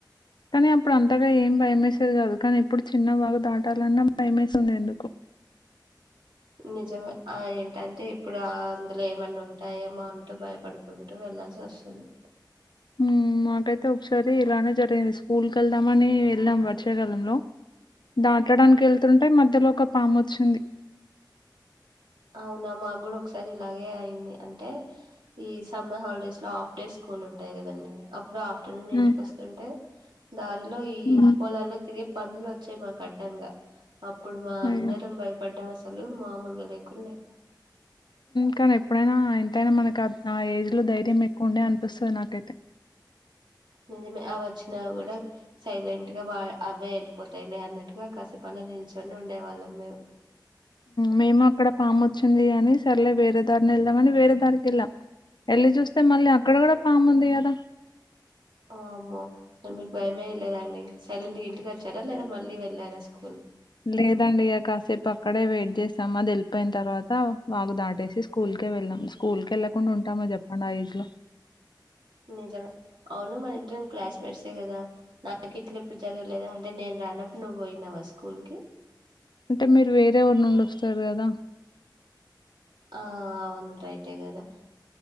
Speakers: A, on the left; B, on the right.
A: కానీ అప్పుడు అంతగా ఏం భయమే సేది కాదు కానీ ఇప్పుడు చిన్న వాగు దాటాలన్నా భయమేస్తుంది ఎందుకో
B: నిజమే ఆ ఎన్ ఏంటే ఇప్పుడు అందులో ఏమన్నా ఉంటాయేమో అంటూ భయపడుకుంటూ వెళ్లాల్సి వస్తుంది
A: హ్మ్ మాకఐతే అయితే ఒకసారి ఇలానే జరిగింది స్కూల్ కి వెళ్దామని వెళ్లాం వర్షాకాలంలో దాటడానికి వెళ్తుంటే మధ్యలో ఒక పాము వచ్చింది
B: అవునా మాకు కూడా ఒకసారి ఇలాగే అయింది అంటే ఈ సమ్మర్ హాలిడేస్ లో హాఫ్ డేస్ స్కూల్ ఉంటాయి కదండి అప్పుడు హాఫ్
A: మ్మ్
B: ఇంటికి వస్తుంటే దారిలో ఈ
A: మ్మ్.
B: పొలాల్లో తిరిగే పందులు వచ్చాయి మాకు అడ్డంగా అప్పుడు మా అందరం
A: అయ్యో
B: భయపడ్డాం అస సలు మామూలుగై కున్ని
A: కానీ ఎప్పుడైనా ఎంతైనా మనకు ఆ ఏజ్ లో ధైర్యం ఎక్కువ ఉండే అనిపిస్తుంది నాకైతే
B: నిజమే ఆ వచ్చినా కూడా సైలెంట్ గా వా అవే వెళ్ళిపోతాయిలే అన్నట్టుగా కాసేపల నిల్చొని ఉండే వాళ్ళం మేము
A: మేము అక్కడ పాము వచ్చింది అని సర్లే వేరే దారిని వెళ్దామని వేరే దారికి వెళ్ళాం వెళ్ళి చూస్తే మళ్ళీ అక్కడ కూడా పాము ఉంది కదా
B: వామ్మో మీకు భయమే లేదండి సైలెంట్ ఇంటికి వచ్చారా లేద మళ్ళీ వెళ్ళారా స్కూల్
A: లేదండి ఇగ కాసేపు అక్కడే వే చేస్తాం అది వెళ్ళిపోయిన తర్వాత వాకు దాటేసి స్కూల్క వెళ్ళాం స్కూల్ క వెళ్ళకుండా ఉంటామా చెప్పండి ఆ ఏజ్ లో
B: నిజమే అవును మన ఇద్దరం క్లాస్ మేట్సే కదా నాకు ఇట్లా ఎప్పుడు చదవలేదా అంటే నేను రానప్పుడు నువ్వు పోయినావా స్కూల్ కి
A: అంటే మీరు వేరే ఊరి నుండి వస్తు సర కదా
B: ఆ అవును రైట్ ట్టే కదా